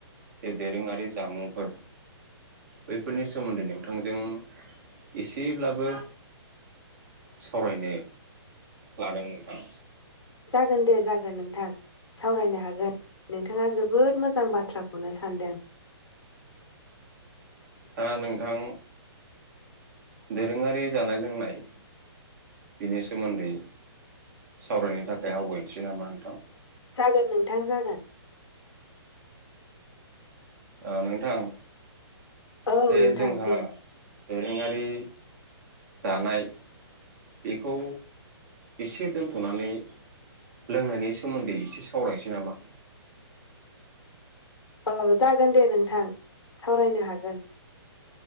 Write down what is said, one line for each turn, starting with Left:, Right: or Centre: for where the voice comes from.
Right: जे दोरोङारि जामुंफोर बैफोरनि सोमोन्दै नोंथांजों एसेब्लाबो सावरायनो लादों नोंथां
Left: जागोन दे जागोन नोंथां सावरायनो हागोन नोंथाङा जोबोद मोजां बाथ्राखौनो सानदों
Right: दा नोंथां दोरोङारि जानाय लोंनाय बेनि सोमोन्दै सावरायनो थाखाय आवगायनोसै नामा नोंथां।
Left: जागोन नोंथां जागोन।
Right: ओ नोंथां
Left: औ
Right: ओ
Left: नोंथां
Right: जोंहा
Left: दे
Right: दोरोङारि जानाय बेखौ एसे दोन्थ'नानै लोंनायनि सोमोन्दै एसे सावरायनोसै नामा
Left: औ जागोन दे नोंथां सावरायनो हागोन।